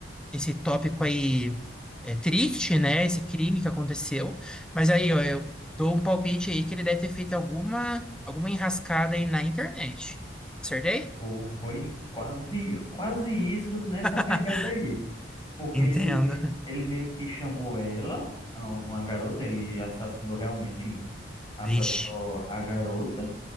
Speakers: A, in the centre; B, on the left.
A: esse tópico aí é, triste, né? Esse crime que aconteceu. Mas aí, ó, eu dou um palpite aí que ele deve ter feito alguma, alguma enrascada aí na internet. Acertei?
B: Pô, foi quase, quase isso nessa
A: <laughs>
B: pegada aí. Porque
A: Entendo.
B: ele, me- ele meio que chamou ela a uma garota, ele assassinou realmente assassinou
A: Vixe,
B: a garota